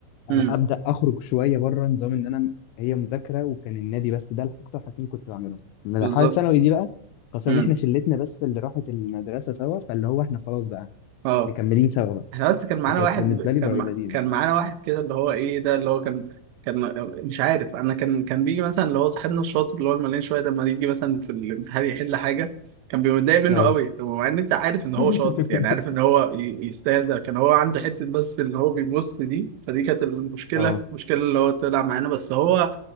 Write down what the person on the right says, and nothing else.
امم
بالظبط
امم
اه
احنا بس كان معانا
واحد
ب-
كان
مع...
كان معانا واحد كده اللي هو ايه ده اللي هو كان كان مش عارف انا كان كان بيجي مثلا اللي هو صاحبنا الشاطر اللي هو المليان شويه ده لما يجي مثلا في الامتحان يحل حاجه كان بيبقى متضايق منه
قوي طب مع ان انت عارف ان هو
شاطر يعني عارف ان هو ي- يستاهل ده كان هو عنده حته بس اللي هو بيبص دي فدي كانت المشكله
المشكله اللي هو طلع معانا بس هو